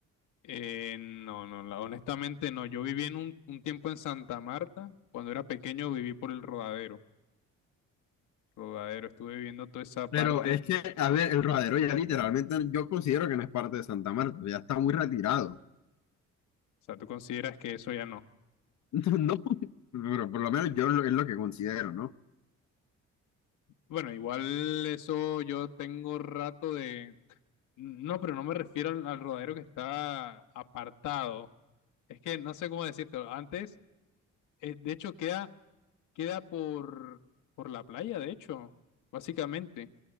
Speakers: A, on the left; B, on the left.
A: Eh, no, no, la- honestamente no. Yo viví en un, un tiempo en Santa Marta. Cuando era pequeño viví por el Rodadero. Rodadero, estuve viviendo toda esa parte.
B: Pero es que, a ver, el rodadero ya literalmente yo considero que no es parte de Santa Marta, ya está muy retirado.
A: O sea, ¿tú consideras que eso ya no?
B: <laughs> No, pero por lo menos yo lo- es lo que considero, ¿no?
A: Bueno, igual eso yo tengo rato de, No, pero no me refiero al, al rodadero que está apartado. Es que no sé cómo decírtelo. Antes, eh, de hecho, queda, queda por, por la playa, de hecho, básicamente.